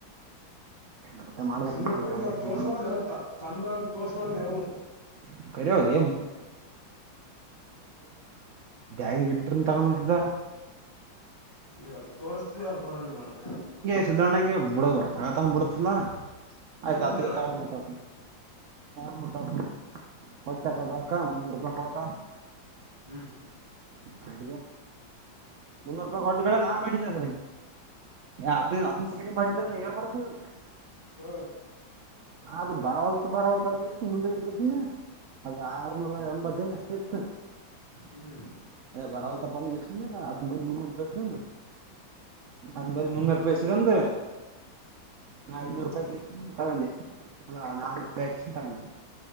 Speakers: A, on the right; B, on the left.
A: ಮತ್ತೆ ಮಾಡ್ಬೇಕ್
B: ಸುಮ್ನೆ
A: ಮಾಡ್ಬೇಕ್
B: ಕೊಟ್ಟಿದ್ದಿ
A: ಯಾವ್ದನ
B: ಅವ ತೋರಿಸಬರ್ದ ಲೆ ಅವಕ್ ತಂದ ಮ್ಯಾಲ ಅವ್ರಿಗೆ ತೋರಿಸಬರ್ಡು ನೀ ಯಾವು.
A: <unintelligible> ಬ್ಯಾಗಿನ್ ಆಗ ಇಟ್ರುನು ತಗೊಂಡು ಹೋಗ್ತಿದ್ದ.
B: ನೀ ಅವರಿಗೆ ತೋರುಸ್ತೀದೀ ಅವರು ನಿನಗೆ ಬುಡಲ್ಲ ಅವರು.
A: <unintelligible> ಅಣ್ಣ ಹಿಂಗೇ ಬುಡಲ್ಲ ತಗೋತನ ಬುಡುತ್ತಿದ್ದಲ್ಲ ಆಯ್ತು
B: ಇಲ್ಲಿಂದ್ರ
A: ಆತಗೆ ತಕೊಂಬಿಟ್ಟ.
B: ಹಂಗೆ ಹೋಯ್ತು
A: <inaudible> ಅಕ್ಕ ಮುನ್ನೂರು ರೂಪಾಯಿ ಪಟ
B: ಹ್ಮ್
A: ಮಾಡಿದ್ದ ಮುನ್ನೂರು ರೂಪಾಯಿ ಕೊಟ್ಟು ಕಡೆ ನಾ ಮಾಡ್ರ ಅದು ಅತ್ತನ ಸಲ ಏರ್ಪಡಸ <unintelligible>
B: ಹ್ಮ್
A: ಅದು ಬರವಲ್ ತ ಬರವಲ್ತ ಮುಂದ <unintelligible> ಅದ ಆರ್ನೂರ ಎಂಬತ್ತ ಎಷ್ಟ ಇತ್ತು.
B: ಹ್ಮ್
A: ಹ ಬಾರಾವಲ್ಲ ತಪ್ಪಾನಿಸ ಆತ ಬ ಮುರು ಬಸನು <unintelligible> ನಂದ ಬಳೆ ಮುನ್ನೂರು ರೂಪಾಯಿ ಸಿಗಂತ ನಾ
B: ಹ್ಮ್
A: ಐನೂರು ರೂಪಾಯಿ ತಗಿ ಅಲ್ಲ ನಾಾನೂರು ರೂಪಾಯಿ ಹಕ್ಷನ್ ತಗಿ